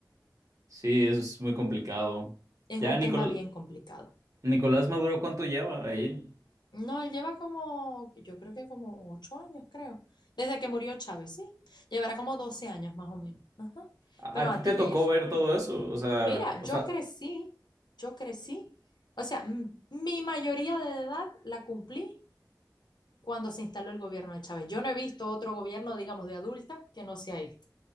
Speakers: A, on the right; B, on the left.
A: sí, eso es muy complicado.
B: Es
A: Ya,
B: un
A: Nicol-
B: tema bien complicado.
A: Nicolás Maduro, ¿cuánto lleva ahí?
B: No, él lleva como, yo creo que como ocho años, creo. Desde que murió Chávez, sí. Llevará como 12 años más o menos. Ajá.
A: ¿A
B: Pero
A: a
B: antes
A: ti te tocó
B: de eso,
A: ver todo eso? O sea,
B: mira,
A: o
B: yo
A: sea,
B: crecí, yo crecí. O sea, m- mi mayoría de edad la cumplí cuando se instaló el gobierno de Chávez. Yo no he visto otro gobierno, digamos, de adulta que no sea este.